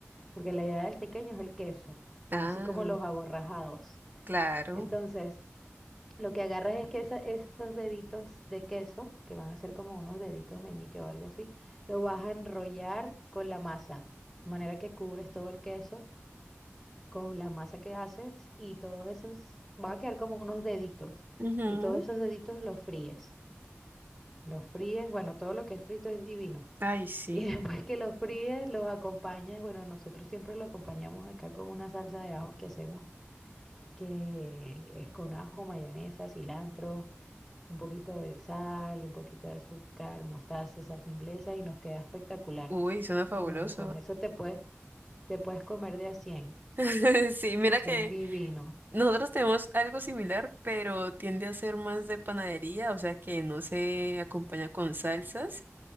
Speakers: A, in the centre; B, on the right (about 40°).
A: porque la idea del tequeño es el queso,
B: Ah,
A: así como los aborrajados.
B: claro.
A: Entonces, lo que agarras es que esa- esos deditos de queso, que van a ser como unos deditos meñique o algo así, lo vas a enrollar con la masa, de manera que cubres todo el queso con la masa que haces y todos esos van a quedar como unos deditos
B: ujú.
A: y todos esos deditos los fríes. Los fríes, bueno, todo lo que es frito es divino
B: Ay, sí.
A: y <laughs> después que los fríes, los acompañas. Bueno, nosotros siempre lo acompañamos acá con una salsa de ajo que hacemos, que es con ajo, mayonesa, cilantro, un poquito de sal, un poquito de azúcar, mostaza, salsa inglesa y nos queda espectacular.
B: Uy, suena fabuloso.
A: Y bueno, con eso te puedes, te puedes comer de a cien
B: <laughs> Sí, mira
A: Son
B: que
A: divinos,
B: nosotros tenemos algo similar, pero tiende a ser más de panadería, o sea que no se acompaña con salsas,